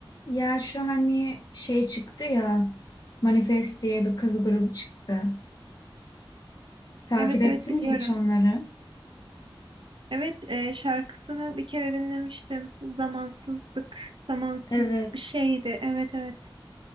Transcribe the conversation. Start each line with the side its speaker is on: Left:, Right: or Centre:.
Left: Ya şu hani şey çıktı ya Manifest diye bir kız grubu çıktı. Takip
Right: Evet
Left: ettin
Right: evet biliyorum.
Left: mi hiç onları?
Right: Evet e, şarkısını bir kere dinlemiştim. Zamansızlık, zamansız
Left: Evet.
Right: bir şeydi. Evet evet.